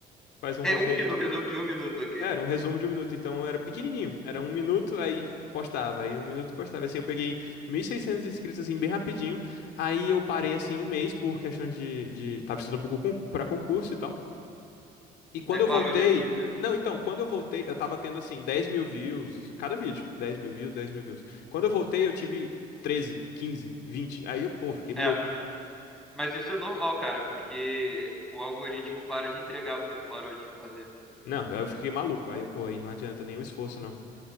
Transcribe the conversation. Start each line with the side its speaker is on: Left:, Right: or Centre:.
Left: Faz um
Centre: É
Left: roteiro,
Centre: um minuto, <laughs> resumo de um minuto, ok.
Left: É, Era um resumo de um minuto, então era pequenininho. Era um minuto, aí postava, aí um minuto postava. Assim, eu peguei 1.600 inscritos, assim, bem rapidinho. Aí eu parei, assim, um mês por questões de, de... Tava estudando pro concur- pra concurso e tal. E quando
Centre: Aí parou
Left: eu voltei...
Centre: de vir e viu.
Left: Não, então, quando eu voltei, eu tava tendo, assim, dez mil views, cada vídeo. dez mil views, dez mil views. Quando eu voltei, eu tive treze quinze vinte Aí eu, pô, fiquei louco.
Centre: É, mas isso é normal, cara, porque o algoritmo para de entregar porque tu parou de fazer.
Left: Não, aí eu fiquei maluco. Aí, pô, aí não adianta nem o esforço, não.